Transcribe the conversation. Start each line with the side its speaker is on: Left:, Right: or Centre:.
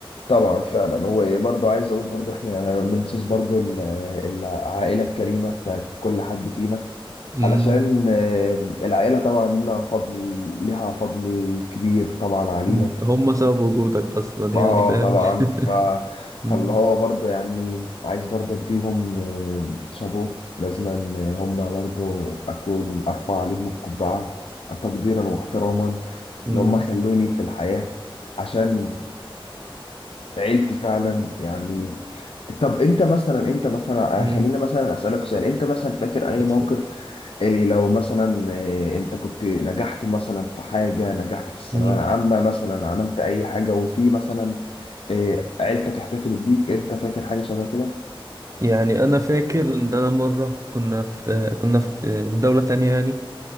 Left: طبعا فعلا وبرضه عايز اقول برضه احنا بنحسس برضه ال- العائله الكريمه بتاعت كل حد فينا
Right: امم
Left: علشان آه، العيلة طبعا لنا فضل لها فضل كبير طبعا علينا
Right: مم. هم سبب وجودك اصلا
Left: اه
Right: يعني فاهم
Left: طبعا
Right: <laughs>
Left: ف... فاللي
Right: مم.
Left: هو برضه يعني عايز برضه اديهم آه، شابو لازما آه، هم برضه اكون ارفع عليهم القبعة تقديرا واحتراما
Right: امم
Left: اللي هم خلوني في الحياة عشان عيلتي فعلا يعني طب انت مثلا انت مثلا
Right: امم
Left: آه، خلينا مثلا اسالك سؤال انت مثلا فاكر اي
Right: اتفضل.
Left: موقف إيه لو مثلا إيه انت كنت نجحت مثلا في حاجه نجحت في الثانويه
Right: <laughs>
Left: العامه مثلا عملت اي حاجه وفي مثلا إيه عيلتك احتفلت بيك انت فاكر حاجه شبه كده
Right: يعني انا فاكر ان انا مره كنا في كنا في في دوله تانية يعني